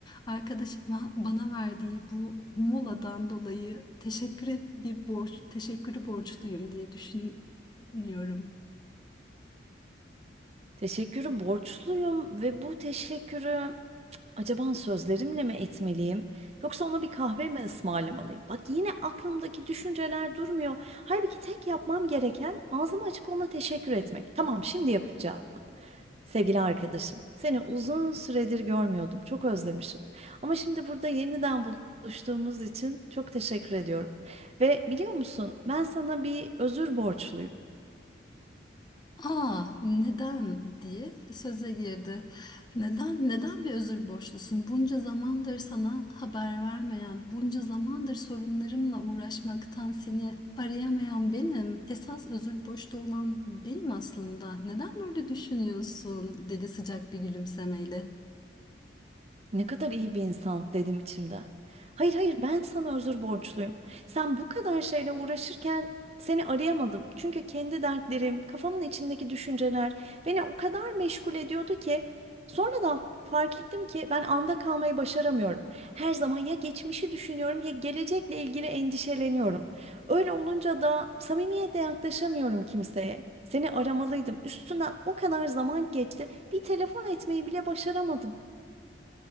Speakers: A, on the left; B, on the right.
A: Arkadaşıma bana verdiği bu moladan dolayı teşekkür et- bir borç, teşekkürü borçluyum diye düşünüyorum.
B: Teşekkürü borçluyum ve bu teşekkürü Acaba sözlerimle mi etmeliyim yoksa ona bir kahve mi ısmarlamalıyım? Bak yine aklımdaki düşünceler durmuyor. Halbuki tek yapmam gereken ağzımı açıp ona teşekkür etmek. Tamam, şimdi yapacağım. Sevgili arkadaşım, seni uzun süredir görmüyordum. Çok özlemişim. Ama şimdi burada yeniden buluştuğumuz için çok teşekkür ediyorum. Ve biliyor musun, ben sana bir özür borçluyum.
A: Aa, neden diye söze girdi. Neden, neden bir özür borçlusun? Bunca zamandır sana haber vermeyen, bunca zamandır sorunlarımla uğraşmaktan seni arayamayan benim. Esas özür borçlu olan benim aslında. Neden böyle düşünüyorsun? dedi sıcak bir gülümsemeyle.
B: Ne kadar iyi bir insan dedim içimden. Hayır hayır ben sana özür borçluyum. Sen bu kadar şeyle uğraşırken seni arayamadım. Çünkü kendi dertlerim, kafamın içindeki düşünceler beni o kadar meşgul ediyordu ki sonradan fark ettim ki ben anda kalmayı başaramıyorum. Her zaman ya geçmişi düşünüyorum ya gelecekle ilgili endişeleniyorum. Öyle olunca da samimiyetle yaklaşamıyorum kimseye. Seni aramalıydım. Üstünden o kadar zaman geçti. Bir telefon etmeyi bile başaramadım.